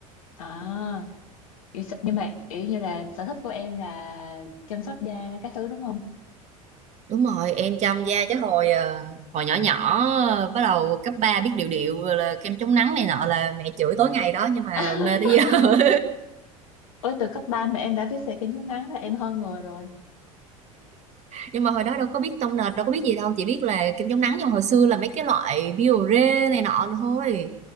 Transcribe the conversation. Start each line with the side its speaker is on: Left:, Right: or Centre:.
Left: À, kiểu sợ- nhưng mà kiểu như là sở thích của em là chăm sóc da các thứ đúng không?
Right: Đúng rồi, em chăm da chứ hồi ờ, hồi nhỏ nhỏ ờ, bắt đầu cấp 3 biết điều điệu rồi là kem chống nắng này nọ là mẹ chửi tối ngày đó nhưng mà
Left: <laughs>
Right: mê tới giờ. <laughs>
Left: Ủa, từ cấp ba mà em đã biết xẻ cái nhún ngắn là em hơn người rồi.
Right: Nhưng mà hồi đó đâu có biết tông nền, đâu có biết gì đâu, chỉ biết là kem chống nắng nhưng mà hồi xưa là mấy cái loại Biore này nọ thôi.